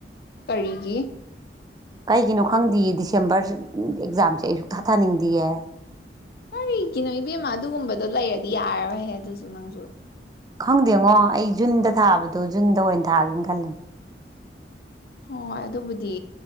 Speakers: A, on the left; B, on the right.
A: ꯀꯔꯤꯒꯤꯦ
B: ꯀꯩꯒꯤꯅꯣ ꯈꯪꯗꯦ ꯗꯤꯁꯦꯝꯕꯔ ꯑꯦꯛꯖꯥꯝꯁꯦ ꯑꯩꯁꯨ ꯊꯥꯊꯅꯤꯡꯗꯦꯌꯦ
A: ꯀꯔꯤꯒꯤꯅꯣ ꯏꯕꯦꯝꯃ ꯑꯗꯨꯒꯨꯝꯕꯗꯣ ꯂꯩꯔꯗꯤ ꯌꯥꯔꯔꯣꯏꯍꯦ ꯑꯗꯨꯁꯨ ꯅꯪꯁꯨ
B: ꯈꯪꯗꯦꯉꯣ ꯑꯩ ꯖꯨꯟꯗ ꯊꯥꯕꯗꯣ ꯖꯨꯟꯗ ꯑꯣꯏꯅ ꯊꯥꯒꯦꯅ ꯈꯜꯂꯦ
A: ꯍꯣꯏ ꯍꯣꯏ ꯑꯗꯨꯕꯨꯗꯤ